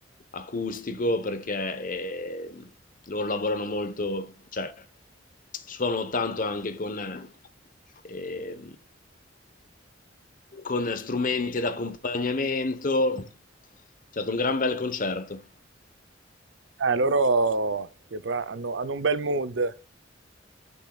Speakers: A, on the left (about 45°); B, on the right (about 70°).
A: acustico perché eh, loro lavorano molto, cioè suonano tanto anche con, eh, con strumenti d'accompagnamento. È stato un gran bel concerto.
B: Eh, loro sì, però hanno, hanno un bel mood,